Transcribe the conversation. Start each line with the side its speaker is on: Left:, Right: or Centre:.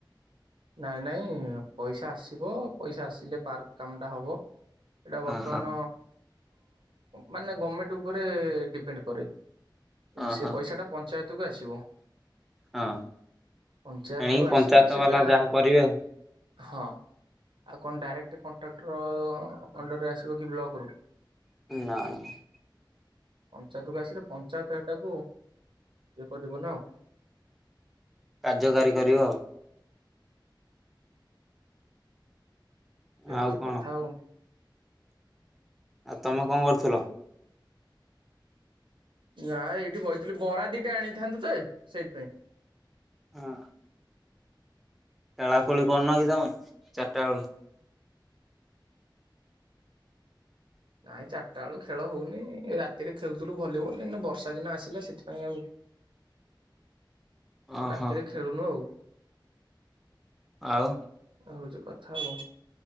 Right: ନାଇଁ ନାଇଁ ପଇସା ଆସି ଥିବ ପଇସା ଆସିଲେ ପାର୍କ କାମଟା ହବ ଏଇଟା ବର୍ତ୍ତମାନ।
Centre: ଓହୋ
Right: ମାନେ ଗଭର୍ଣମେଣ୍ଟ ଉପରେ ଡିପେଣ୍ଡ କରେ
Centre: ଓହୋ।
Right: ସେ
Centre: ହଁ
Right: ପଇସାଟା ପଞ୍ଚାୟତ। ଆସିବ
Centre: ହଁ
Right: ପାୟତ
Centre: ଏଣିକି
Right: ଭିତରୁ
Centre: ପଞ୍ଚାୟତ
Right: ଆସିଲେ ସେଟା
Centre: ବାଲା ଯାହା କରିବେ ଆଉ।
Right: ହଁ ଆଉ କଣ ଡାଇରେକ୍ଟ କଣ୍ଟ୍ରାକ୍ଟର ଅଣ୍ଡରରେ ଆସିବକି ବ୍ଲକରୁ।
Centre: ନାହି।
Right: ପଞ୍ଚାୟତକୁ ଆସିଲେ ପଞ୍ଚାୟତ ଏଟାକୁ ଏ କରିଦିବ ନା?
Centre: କାର୍ଯ୍ୟକାରୀ କର ଆଉ।
Right: ହଉଛି
Centre: ଆଉ କଣ
Right: କଥା ଆଉ।
Centre: ଆଉ ତମେ କଣ କରୁଥିଲ?
Right: ନା ଏଇଠି କହିଥିଲୁ ବରା ଦିଟା ଆଣିଥାନ୍ତୁ ତ ସେଇଥିପାଇଁ।
Centre: ହଁ। ଖେଳାଖେଳି କରୁନ କି ତମେ ଚାରିଟା ବେଳୁ
Right: ନାଇଁ ଚାରିଟା ବେଳୁ ଖେଳ ହଉନି। ରାତିରେ ଖେଳୁଥିଲୁ ଭଲିବଲ ବର୍ଷା ଦିନ ଆସିଲା ସେଥିପାଇଁ ଆଉ।
Centre: ଓହୋ।
Right: ରାତିରେ ଖେଳୁନୁ ଆଉ।
Centre: ଆଉ
Right: ଏ ହଉଛି କଥା ଆଉ